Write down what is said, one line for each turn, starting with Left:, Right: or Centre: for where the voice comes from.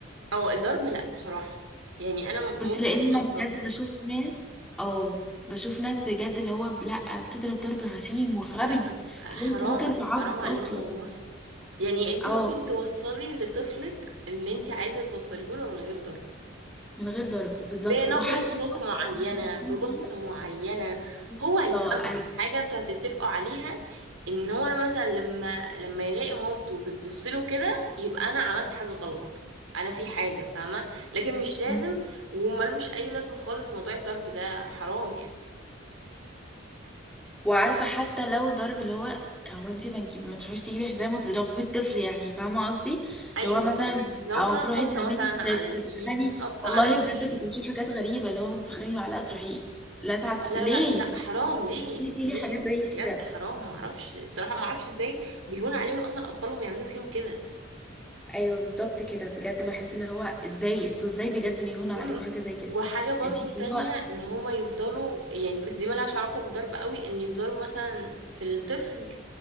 Right: او الضرب لا بصراحه يعني انا ممكن
Centre: بس لان انا
Right: اصلا
Centre: بجد بشوف ناس اه بشوف ناس بجد اللي هو ب- لا بتضرب ضرب غشيم وغبي
Right: لا أبقى حرام
Centre: لو انت ممكن تعض
Right: حرام عليهم
Centre: اصلا
Right: والله يعني انت
Centre: اه
Right: ممكن توصلي لطفلك اللي انت عايزه توصليه له من غير ضرب
Centre: من غير ضرب بالظبط
Right: بنبرة
Centre: وحتى
Right: صوت معينة
Centre: <laughs> لو هتعملي
Right: ببصة
Centre: كده،
Right: معينة
Centre: بالظبط.
Right: هو هيفهمها
Centre: أيوة.
Right: حاجة انتوا هتتفقوا عليها ان هو انا مثلا لما لما يلاقي مامته بتبص له كده يبقى انا عملت حاجة غلط انا في حاجة فاهمة لكن مش لازم
Centre: مم.
Right: وملوش اي لازمة خالص موضوع الضرب ده حرام يعني
Centre: وعارفه حتى لو ضرب اللي هو هو انت ما تجيبي ما تروحيش تجيبي حزام وتضربي الطفل يعني فاهمه قصدي
Right: ايوه
Centre: اللي هو مثلا
Right: فهميكي لو
Centre: او
Right: ممكن
Centre: تروحي
Right: خبطة
Centre: تعملي
Right: مثلا على الايد
Centre: تسخني
Right: خبطة
Centre: والله
Right: على معرفش
Centre: بجد كنت
Right: ايه
Centre: بشوف حاجات غريبه اللي هو ممكن تسخني معلقه تروحي لسعت
Right: أو لا
Centre: ليه
Right: لا لا حرام ليه
Centre: ليه ليه
Right: ليه
Centre: ليه حاجات
Right: بجد
Centre: زي كده
Right: حرام معرفش بصراحة معرفش ازاي بيهون عليهم اصلا اطفالهم يعملوا فيهم كده
Centre: ايوه بالظبط كده بجد بحس اللي هو ازاي انتوا ازاي بجد بيهونوا
Right: مم.
Centre: عليكم حاجه زي كده
Right: وحاجة برضو
Centre: انت
Right: تانية
Centre: هو
Right: ان هما يفضلوا يعني بس دي ملهاش علاقة بالضرب قوي ان يفضلوا مثلا في الطفل